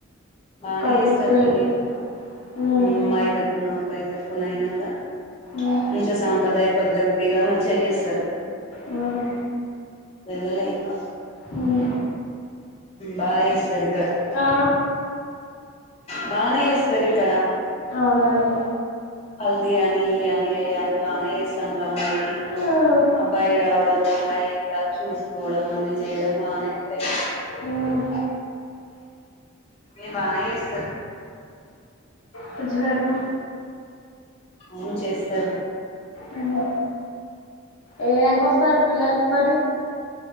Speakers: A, on the left (about 30°); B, on the left (about 90°).
A: బానే
B: కజిన్స్
A: ఎస్తరు
B: పెళ్ళి
A: పెళ్లిళ్లు
B: మ్మ్
A: అమ్మాయి తరపున అబ్బాయి తరపున అయినా కూడ
B: మ్మ్
A: మంచిగా సాంప్రదాయ పద్ధతిగా మంచిగా చేస్తరు
B: మ్మ్
A: వెళ్ళలే ఇంక
B: మ్మ్
A: బాగా చేస్తారు ఇక్కడ
B: ఆ
A: బానే ఏస్తరిీక్కడా
B: అవునండె
A: హల్దీ అని ఇయని అయ అని బానే చేస్తంట అమ్మాయికి
B: మ్మ్
A: అబ్బాయి రావడం అమ్మాయి చూసుకోవడం అన్ని చేయడం బానే ఉంటాయి
B: మ్మ్
A: నె బానె చేస్తారు
B: ప్రజలకు
A: అవును చేస్తరు
B: మ్మ్ ఏ వెంకేస్తాను పిల్లలకు కుమారి